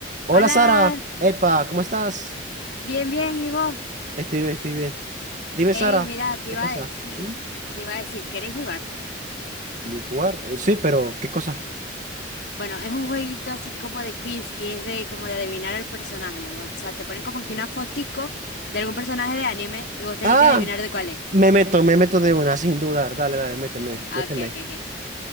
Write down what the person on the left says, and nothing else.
Hola,
bien, bien, ¿y vos?
Ey,
mira, te
iba
a decir,
te iba a decir, ¿querés jugar?
Bueno, es un jueguito así como de quiz y es de como de adivinar el personaje. O sea, te ponen como que una fotico de algún personaje de anime y vos tenés
que adivinar de cuál es.
Ah,
ok, ok, ok.